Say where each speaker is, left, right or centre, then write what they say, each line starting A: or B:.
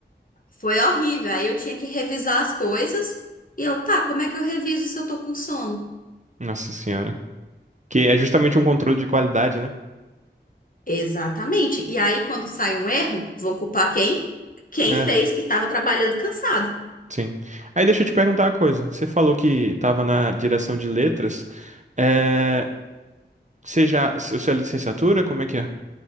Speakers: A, on the left; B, on the right.
A: Foi horrível. Aí eu tinha que revisar as coisas. E eu, tá, como é que eu reviso se eu tô com sono?
B: Nossa senhora. Que é justamente um controle de qualidade, né?
A: Exatamente. E aí, quando sai um erro, vão culpar quem? Quem
B: É,
A: fez que estava trabalhando cansado.
B: sim. Aí deixa eu te perguntar uma coisa. Você falou que estava na direção de letras. É... Você já. se- Sua licenciatura, como é que é?